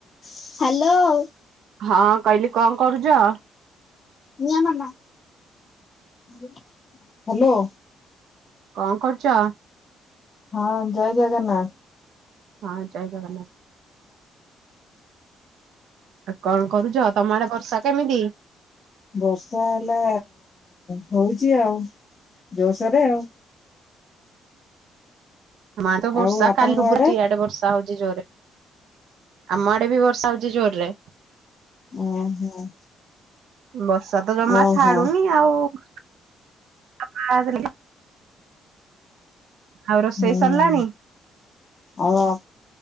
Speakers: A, on the left; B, on the right.
A: ହ୍ୟାଲୋ।
B: ହଁ କହିଲି କଣ କରୁଚ?
A: ନିଅ ମାମା ହ୍ୟାଲୋ।
B: କଣ କରୁଛ?
A: ହଁ ଜୟ ଜଗନ୍ନାଥ।
B: ହଁ ଜୟ ଜଗନ୍ନାଥ। ଆଉ କଣ କରୁଛ ତମ ଆଡ଼େ ବର୍ଷା କେମିତି?
A: ବର୍ଷା ହେଲା ହଉଚି ଆଉ ଜୋସରେ ଆଉ।
B: <unintelligible>
A: ଆଉ
B: ସା
A: ଆପଣଙ୍କ
B: ହଉଛି
A: ଆଡେ
B: ଜୋରରେ ଆମ ଆଡ଼େ ବି ବର୍ଷା ହଉଛି ଜୋରରେ।
A: ଓହୋ।
B: ବର୍ଷା ତ ଜମା
A: ଓହୋ
B: ଛାଡ଼ୁନି ଆଉ <unintelligible> ଆଉ ରୋଷେଇ
A: ହୁଁ
B: ସରିଲାଣି?
A: ଆଉ ଆ